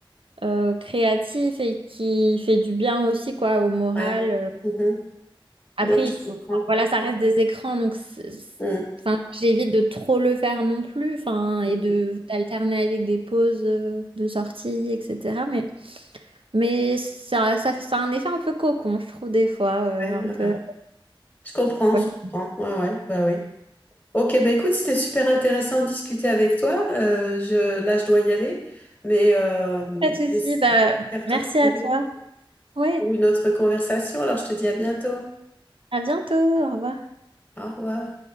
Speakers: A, on the right; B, on the left.
A: euh, créatif et qui fait du bien aussi, quoi, au moral.
B: Ouais.
A: euh,
B: Mhm.
A: Après,
B: Ouais, je
A: il faut,
B: comprends.
A: enfin, voilà, ça reste des écrans, donc c'est- c'est-
B: Mhm.
A: enfin, j'évite de trop le faire non plus, enfin, et
B: Mhm.
A: de d'alterner avec des pauses euh, de sortie, etc. Mais, mais ça, ça, ça a un effet un peu cocon, je trouve, des fois, euh,
B: Ouais,
A: un
B: voilà.
A: peu.
B: Je comprends,
A: Ouais.
B: je comprends. Ouais, ouais, bah oui. Ok, bah écoute, c'était super intéressant de discuter avec toi. Euh, je, là, je dois y aller, mais euh,
A: Pas de souci,
B: je-
A: bah,
B: j'espère
A: merci
B: te retrouver.
A: à toi. Ouais,
B: pour une autre conversation. Alors, je te dis à bientôt.
A: à bientôt, au revoir.
B: Au revoir.